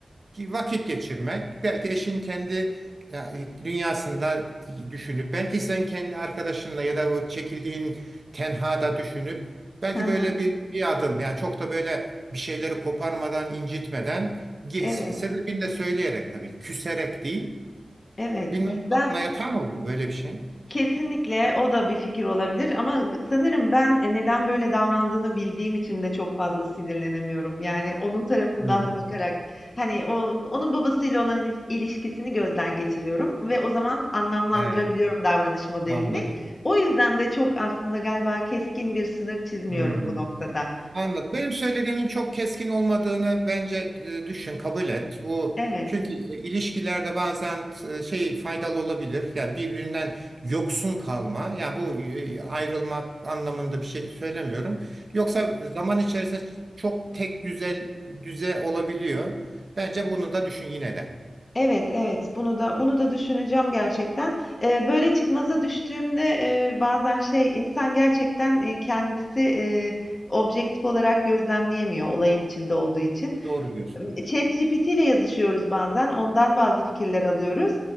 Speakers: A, on the right; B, on the left.
A: ki vakit geçirmek, belki eşin kendi ya, dünyasında düşünüp, belki sen kendi arkadaşınla ya da o çekildiğin tenhada düşünüp, belki
B: Hı hı.
A: böyle bir, bir adım, yani çok da böyle bir şeyleri koparmadan, incitmeden, ge-
B: Evet,
A: sebebini de söyleyerek tabii, küserek değil,
B: evet.
A: bilmem
B: Ben
A: aklına yatan oluyor böyle bir şey.
B: Kesinlikle o da bir fikir olabilir ama sanırım ben e, neden böyle davrandığını bildiğim için de çok fazla sinirlenemiyorum. Yani onun tarafından
A: Hmm,
B: da bakarak hani o, onun babasıyla olan ili- ilişkisini gözden geçiriyorum ve o zaman anlamlandırabiliyorum
A: He,
B: davranış modelini.
A: anladım.
B: O yüzden de çok aslında galiba keskin bir sınır çizmiyorum
A: Hmm.
B: bu noktada.
A: Anladım. Benim söylediğimin çok keskin olmadığını bence e, düşün, kabul et. Bu
B: Evet.
A: çünkü e, ilişkilerde bazen e, şey faydalı olabilir. Yani birbirinden yoksun kalma. Ya yani bu e, ayrılmak anlamında bir şey söylemiyorum. Yoksa zaman içerisinde çok tek düzel düze olabiliyor. Bence bunu da düşün yine de.
B: Evet, evet. Bunu da bunu da düşüneceğim gerçekten. Eee, böyle çıkmaza düştüğümde, eee, bazen şey, insan gerçekten, eee, kendisi, eee, objektif olarak gözlemleyemiyor olayın içinde olduğu için.
A: Doğru diyorsun.
B: Imm, ChatGPT ile yazışıyoruz bazen, ondan bazı fikirler alıyoruz.